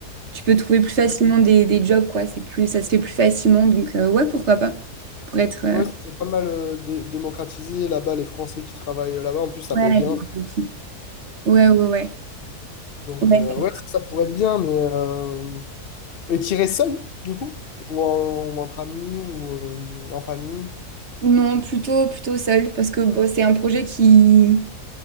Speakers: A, on the right; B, on the left.
A: tu peux trouver plus
B: Mhm.
A: facilement des, des jobs quoi. C'est plus, ça se fait plus facilement, donc euh, ouais, pourquoi pas pour être,
B: Ouais,
A: euh,
B: c'est pas mal euh, dé- démocratisé là-bas, les Français qui travaillent là-bas. En plus, ça
A: Ouais,
B: paye bien.
A: je m'en fous. ouais, ouais, ouais.
B: Donc,
A: Ouais.
B: euh, ouais, ça, ça pourrait être bien, mais. euh, Et tirer seul, du coup? Ou en- ou entre amis, ou euh, en famille?
A: Non, plutôt, plutôt seul, parce que bon, c'est un projet qui...